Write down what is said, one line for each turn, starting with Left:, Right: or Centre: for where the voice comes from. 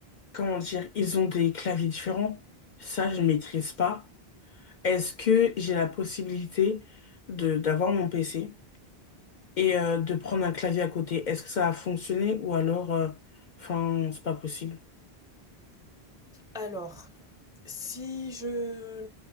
Left: comment dire, ils ont des claviers différents. Ça, je maîtrise pas. Est-ce que j'ai la possibilité de d'avoir mon PC et euh, de prendre un clavier à côté? Est-ce que ça a fonctionné ou alors, euh, enfin, c'est pas possible.
Centre: Alors, si je